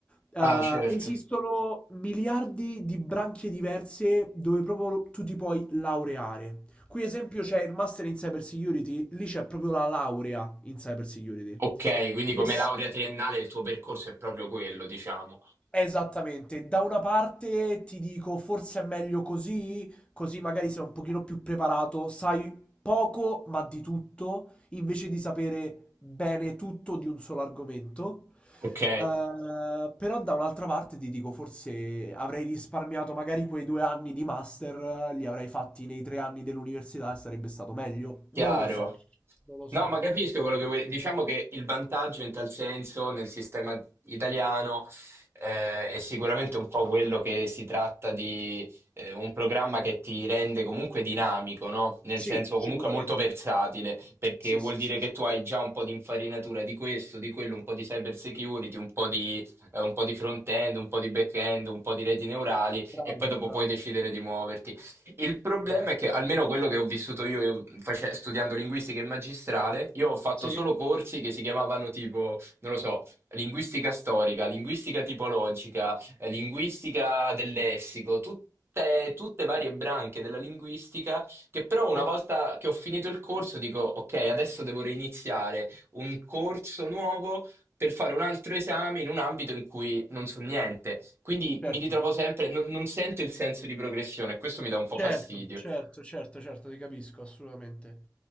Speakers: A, on the left; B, on the right.
A: eh,
B: Ah, certo.
A: esistono miliardi di branche diverse dove proprio tu ti puoi laureare. Qui, esempio, c'è il Master in Cyber Security, lì c'è proprio la laurea in Cyber Security.
B: Ok, quindi
A: Che
B: come
A: s-
B: laurea triennale il tuo percorso è proprio quello, diciamo.
A: Esattamente, da una parte ti dico forse è meglio così, così magari sei un pochino più preparato, sai poco ma di tutto, invece di sapere bene tutto di un solo argomento.
B: Ok.
A: Eh, però da un'altra parte ti dico forse avrei risparmiato magari quei due anni di master, eh, li avrei fatti nei tre anni dell'università e sarebbe stato meglio.
B: Chiaro.
A: Non lo so, non lo so.
B: No, ma capisco quello che vuoi. Diciamo che il vantaggio in tal senso nel sistema italiano eh, è sicuramente un po' quello che si tratta di eh, un programma che ti rende comunque dinamico, no? Nel
A: Sì,
B: senso
A: sicuramente.
B: comunque molto versatile, perché
A: Sì,
B: vuol
A: sì,
B: dire
A: sì,
B: che
A: sì.
B: tu hai già un po' di infarinatura di questo, di quello, un po' di cyber security, un po' di, eh, un po' di front-end, un po' di back-end, un po' di reti neurali
A: Bravo,
B: e poi dopo
A: bravo,
B: puoi decidere di muoverti. Il problema
A: bravo.
B: è che, almeno quello che ho vissuto io, io face- studiando linguistica in magistrale, io ho fatto
A: Sì.
B: solo corsi che si chiamavano tipo, non lo so, linguistica storica, linguistica tipologica, eh, linguistica del lessico, tutte, tutte varie branche della linguistica, che però una
A: Sì.
B: volta che ho finito il corso dico, ok, adesso devo reiniziare un corso nuovo per fare un altro esame in un ambito in cui non so niente. Quindi
A: Certo,
B: mi ritrovo sempre, non, non sento il senso di progressione, questo mi dà un po'
A: certo,
B: fastidio.
A: certo, certo, certo, ti capisco, assolutamente.